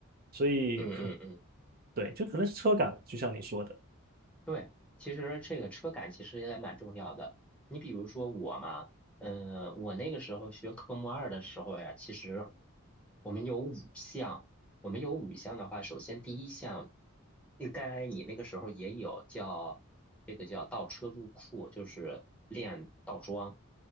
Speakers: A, on the right; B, in the centre.
A: 所以可
B: 嗯嗯嗯。
A: 对，就可能是车感，就像你说的，
B: 对，其实这个车感其实也蛮重要的。你比如说我嘛，呃，我那个时候学科目二的时候呀，其实我们有五项，我们有五项的话，首先第一项，应该你那个时候也有叫这个叫倒车入库，就是练倒桩，